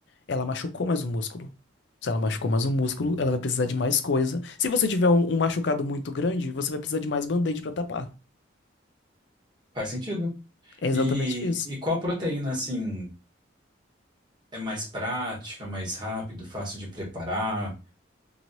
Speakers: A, on the left; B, on the right.
A: ela machucou mais o músculo. Se ela machucou mais o músculo,
B: Uhum.
A: ela vai precisar de mais coisa. Se você tiver um, um machucado muito grande, você vai precisar de mais band-aid pra tapar.
B: Faz sentido.
A: É exatamente
B: E,
A: isso.
B: e qual proteína, assim, é mais prática, mais rápido, fácil de preparar? O